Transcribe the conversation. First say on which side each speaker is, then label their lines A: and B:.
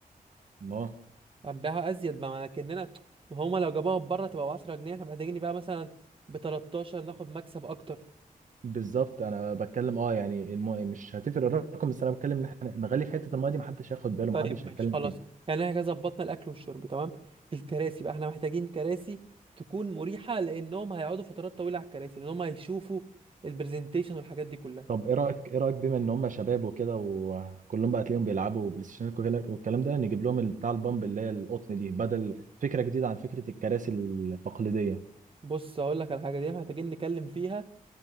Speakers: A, on the right (about 60°); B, on the right (about 35°).
A: ما
B: هنبيعها ازيد ما ما كاننا ما هما لو جابوها بره تبقى ب 10 جنيه احنا محتاجين نبيعها مثلا ب 13 ناخد مكسب اكتر
A: بالظبط انا بتكلم اه يعني الم... مش هتفرق الرقم بس انا بتكلم ان احنا نغلي في حته المايه دي محدش هياخد باله
B: طيب
A: محدش
B: ماشي
A: هيتكلم
B: خلاص
A: فيها
B: يعني احنا كده ظبطنا الاكل والشرب تمام الكراسي بقى احنا محتاجين كراسي تكون مريحه لانهم هيقعدوا فترات طويله على الكراسي لان هم هيشوفوا البرزنتيشن والحاجات دي كلها
A: طب ايه رايك ايه رايك بما ان هم شباب وكده وكلهم بقى تلاقيهم بيلعبوا بلاي ستيشن وكده- والكلام ده نجيب لهم بتاع البامب اللي هي القطن دي بدل فكره جديده عن فكره الكراسي التقليديه
B: بص هقول لك على الحاجه دي إحنا محتاجين نتكلم فيها